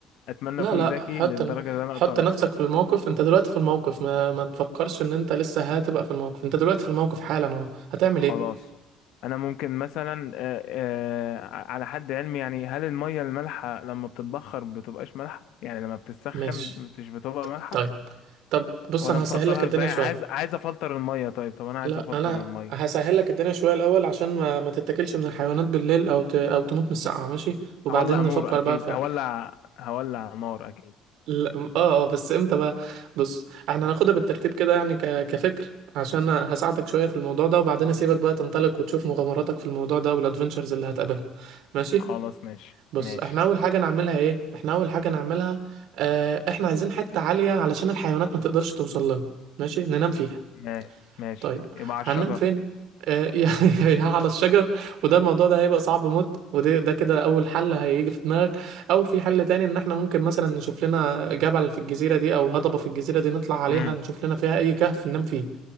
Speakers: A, on the left (about 70°); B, on the right (about 70°).
A: أتمنى
B: لا
A: أكون
B: لا
A: ذكي
B: حط
A: للدرجة
B: ن-
A: اللي أنا
B: حط
A: أقدر
B: نفسك في الموقف انت دلوقتي في الموقف ما, ما تفكرش ان انت لسه هتبقى في الموقف انت دلوقتي في الموقف حالا اهو هتعمل
A: خلاص
B: ايه
A: أنا ممكن مثلا آه آه على حد علمي يعني هل المية المالحة لما بتتبخر بتبقاش مالحة يعني لما بتتسخن
B: ماشي
A: مش بتبقى مالحة
B: طيب طب بص
A: ولا
B: انا
A: نفلترها
B: هسهل لك الدنيا
A: ازاي
B: شويه
A: عايز عايز افلتر الميه طيب طب انا عايز
B: لا
A: افلتر
B: انا
A: الميه
B: هسهل لك الدنيا شويه الاول عشان ما ما تتاكلش من الحيوانات بالليل او ت... او تموت من السقعه ماشي وبعدين
A: هولع نور
B: نفكر
A: اكيد
B: بقى في
A: هولع هولع نار اكيد
B: لا، اه اه بس امتى بقى بص احنا هناخدها بالترتيب كده يعني ك... كفكر عشان هساعدك شويه في الموضوع ده وبعدين اسيبك بقى تنطلق وتشوف مغامراتك في الموضوع ده والادفنتشرز اللي هتقابلها ماشي
A: خلاص ماشي
B: بص
A: ماشي
B: احنا اول حاجه نعملها ايه احنا اول حاجه نعملها اه احنا عايزين حته عاليه علشان الحيوانات ما تقدرش توصل لنا ماشي ننام فيها
A: ماشي ماشي
B: طيب
A: يبقى على
B: هننام
A: الشجر
B: فين اه <laughs> يا يا على الشجر وده الموضوع ده هيبقى صعب موت وده ده كده اول حل هيجي في دماغك او في حل تاني ان احنا ممكن مثلا نشوف لنا جبل في الجزيره دي او هضبه في الجزيره دي نطلع عليها
A: امم
B: نشوف لنا فيها اي كهف ننام فيه